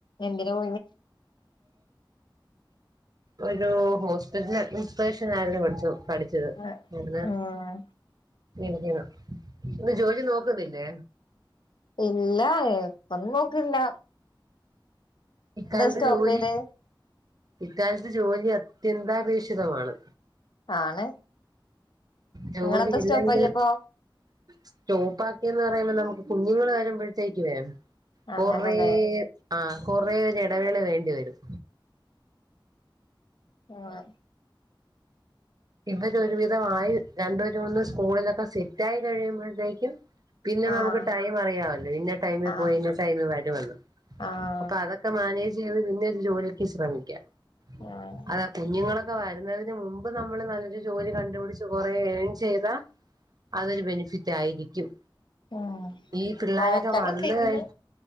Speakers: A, on the left; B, on the right.
A: എന്തിന് പോയിനെ
B: ഒരു ഹോസ്പിറ്റല അഡ്മിസ്ട്രേഷനായിരുന്നു പഠിച്ചു പഠിച്ച ത്
A: ആഹ് ആഹ്
B: ഇന്ന് ജോലി നോക്കുന്നല്ലേ
A: ഇല്ല ഇപ്പൊന്നും നോക്ക്ന്ല്ല
B: ഇക്കാലത്ത്
A: സ്റ്റോപ്പ്
B: ജോലി
A: ചെയ്തേ
B: ഇക്കാലത്ത് ജോലി അത്യന്താപേക്ഷിതമാണ്
A: ആണ്
B: ജോലി
A: നിങ്ങളെന്താ
B: ഇല്ലെങ്കിൽ
A: സ്റ്റോപ്പ് ആക്കിയപ്പോ
B: സ്റ്റോപാക്കിന്ന് പറയുമ്പോൾ നമുക്ക് കുഞ്ഞുങ്ങൾ വരുമ്പഴത്തേക്കെ കുറേ
A: അങ്ങനല്ലേ
B: ആ കൊറേ ഒരു എടവേള വേണ്ടിവരും
A: ആഹ്‌
B: ഇവര് ഒരുവിധമായി രണ്ടോ ചൂന്നോ സ്കൂളിലൊക്കെ സെറ്റായി കഴിയുമ്പഴത്തേക്കും പിന്നെ നമുക്ക്
A: ആഹ്
B: ടൈം അറിയാമല്ലോ ഇന്ന ടൈമിൽ
A: ആഹ്
B: പോയി ഇന്ന ടൈമിൽ വരുമെന്ന്
A: ആഹ്
B: അപ്പൊ അതൊക്കെ അതൊക്ക മാനേജ് ചെയ്ത് പിന്നെ ഒരു ജോലിക്ക് ശ്രമിക്കാം
A: ആഹ്
B: അതാ കുഞ്ഞുങ്ങള് ഒക്കെ വരുന്നതിന് മുമ്പ് നമ്മള് നല്ലൊരു ജോലി കണ്ടുപിടിച്ച് കൊറേ ഏൺ ചെയ്താ അതൊരു ബെനിഫിറ്റ് ആയിരിക്കും
A: ആഹ്
B: ഈ പിള്ളാരൊക്കെ
A: നോക്കണം
B: വന്ന്
A: എന്തെങ്കിലും
B: കഴി